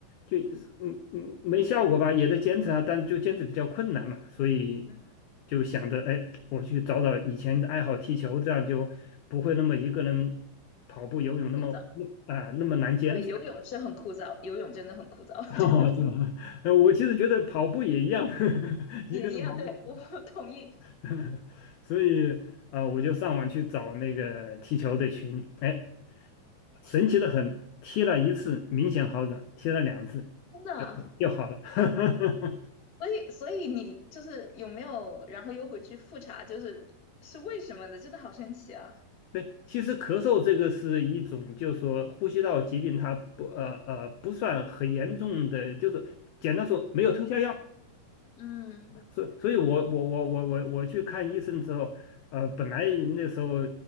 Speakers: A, on the left; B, on the left.
A: 就嗯嗯没效果吧，也在坚持啊，但就坚持比较困难嘛，所以
B: 嗯，
A: 就想着，哎，我去找找以前的爱好，踢球，这样就不会那么一个人跑步、游泳那么
B: 枯燥，
A: 啊、那么难坚持，
B: 对，游泳是很枯燥，
A: <laughs>
B: 游泳真的很枯燥，<laughs> 我觉得
A: 哦是吧？呃，我其实觉得跑步也一样，<laughs> 一个人跑步，
B: 也一样，对，我 <laughs> 同意，
A: <laughs> 所以啊、呃我就上网去找那个踢球的群，哎，神奇的很，踢了一次明显好转，踢了两次
B: 真的。
A: 就就好了。<laughs>
B: 所以所以你就是有没有，然后又回去复查，就是是为什么的，真的好神奇啊，
A: 对，其实咳嗽这个是一种，就是说呼吸道疾病，它不呃呃不算很严重的，就是简单说没有特效药，
B: 嗯。
A: 所以所以我我我我我我去看医生之后，呃，本来那时候